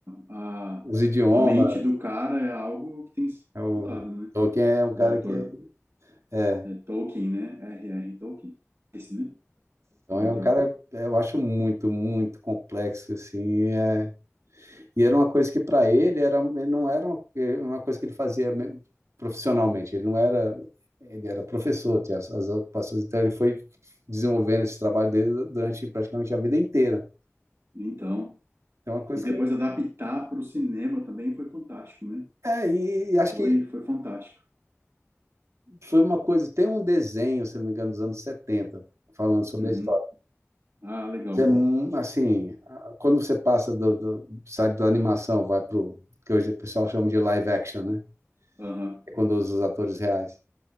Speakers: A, on the right (about 55°); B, on the right (about 75°).
A: a,
B: os
A: a,
B: idiomas.
A: a mente do cara é algo que tem que ser
B: É O
A: estudado, né?
B: Tolkien é um cara
A: do autor,
B: que é,
A: né? Tolkien, né? R.R. Tolkien, esse, né?
B: então
A: O
B: é
A: autor.
B: um cara eu acho muito, muito complexo assim. é. E era uma coisa que para ele era ele não era uma, uma coisa que ele fazia me- profissionalmente. Ele não era ele era professor, tinha as, as ocupações, então ele foi desenvolvendo esse trabalho dele durante praticamente a vida inteira.
A: Então,
B: Então, é uma coisa
A: e depois
B: que.
A: adaptar para o cinema também foi fantástico, né?
B: É, e, e acho
A: Foi,
B: que
A: foi fantástico.
B: Foi uma coisa, tem um desenho, se não me engano, dos anos 70 falando sobre
A: Uhum.
B: a história.
A: Ah, legal.
B: Isso É, mu- assim, a- quando você passa do, do, sai da animação, vai pro que hoje o pessoal chama de live action, né?
A: Aham,
B: É quando usa os atores reais.